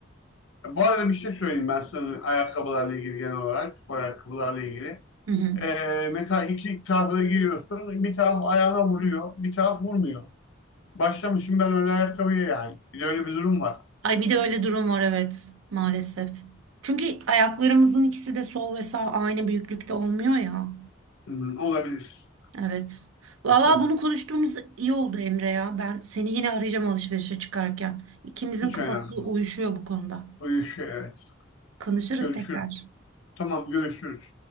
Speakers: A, on the left; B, on the right.
A: E, Bu arada bir şey söyleyeyim ben sana ayakkabılarla ilgili genel olarak, spor ayakkabılarla ilgili.
B: Hı hı.
A: Ee, mesela iki tarafı da giriyorsun. Bir taraf ayağına vuruyor, bir taraf vurmuyor. Başlamışım ben öyle ayakkabıya yani. Bir de öyle bir durum var.
B: Ay bir de öyle durum var evet maalesef. Çünkü ayaklarımızın ikisi de sol ve sağ aynı büyüklükte olmuyor ya.
A: Hmm, olabilir.
B: Evet. Vallahi
A: E, tabii.
B: bunu konuştuğumuz iyi oldu Emre ya. Ben seni yine arayacağım alışverişe çıkarken. İkimizin
A: Hiç
B: kafası
A: önemli
B: uyuşuyor
A: değil.
B: bu konuda.
A: Uyuşuyor evet.
B: Konuşuruz
A: Görüşürüz.
B: tekrar.
A: Tamam görüşürüz.